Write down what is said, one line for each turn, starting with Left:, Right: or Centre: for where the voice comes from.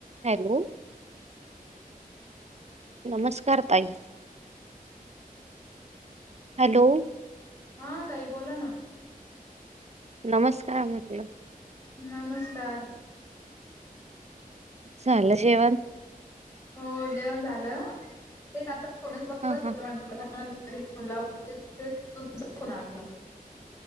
Right: Hello नमस्कार ताई. Hello
Left: हा ताई बोला ना.
Right: नमस्कार म्हणटल
Left: नमस्कार.
Right: झालं जेवण?
Left: हो जेवण झालं ते आता कोणच ब
Right: हा
Left: होत
Right: हा
Left: <unintelligible> तरी फोन लावतच होते तर तुमचा फोन आला.